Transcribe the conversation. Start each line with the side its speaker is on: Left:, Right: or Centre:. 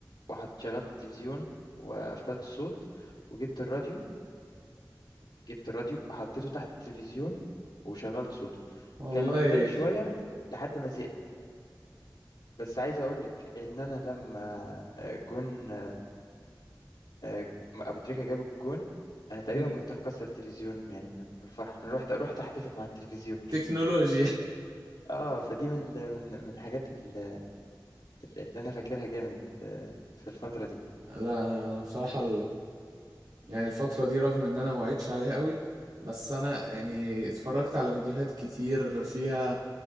Left: وحط شغلت التلفزيون وقفلت الصوت وجبت الراديو جبت الراديو وحطيته تحت التلفزيون وشغلت صوته
Right: والله
Left: كان مختلف شوية لحد ما زهقت بس عايز أقول لك إن أنا لما آه، جون آه، أبو تريكة جاب الجون أنا تقريبا
Right: مم.
Left: كنت هكسر التلفزيون يعني من من الفرح أنا رحت رحت أحتفل مع التلفزيون
Right: تكنولوجيا <laughs>
Left: آه فدي من ال- من من الحاجات ال- ال- اللي أنا فاكرها جامد آه، في الفترة دي
Right: لا انا انا بصراحه يعني الفترة دي رغم ان انا ما وعدتش عليها قوي بس انا يعني اتفرجت على فيديوهات كتير فيها